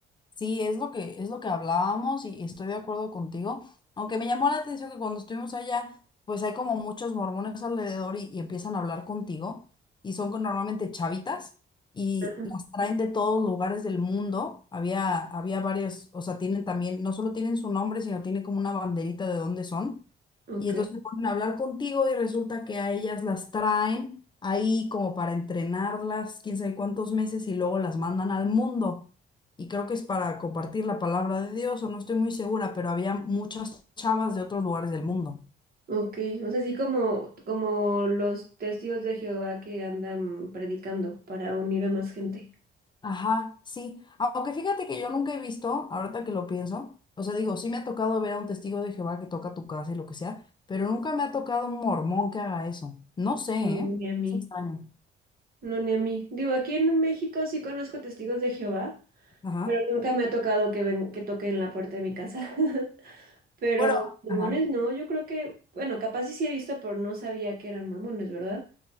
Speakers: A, on the left; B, on the right.
A: Sí, es lo que, es lo que hablábamos y estoy de acuerdo contigo. Aunque me llamó la atención que cuando estuvimos allá, pues hay como muchos mormones alrededor y, y empiezan a hablar contigo y son con- normalmente chavitas y
B: Ajá.
A: las traen de todos lugares del mundo. Había, había varias, o sea, tienen también, no solo tienen su nombre, sino tienen como una banderita de dónde son.
B: Ok.
A: Y entonces se ponen a hablar contigo y resulta que a ellas las traen ahí como para entrenarlas, quién sabe cuántos meses y luego las mandan al mundo y creo que es para compartir la palabra de Dios, o no estoy muy segura, pero había muchas chavas de otros lugares del mundo.
B: Ok, o sea, así como, como los testigos de Jehová que andan predicando para unir a más gente.
A: Ajá, sí. Aunque fíjate que yo nunca he visto, ahorita que lo pienso, o sea, digo, sí me ha tocado ver a un testigo de Jehová que toca tu casa y lo que sea, pero nunca me ha tocado un mormón que haga eso. No sé, ¿eh?
B: No, ni a mí.
A: Es extraño.
B: No, ni a mí. Digo, aquí en México sí conozco testigos de Jehová,
A: Ajá.
B: pero nunca me ha tocado que ven, que toquen la puerta de mi casa. <laughs> Pero
A: Bueno,
B: mormones
A: ajá.
B: no, yo creo que, bueno, capaz sí, sí he visto, pero no sabía que eran mormones, ¿verdad?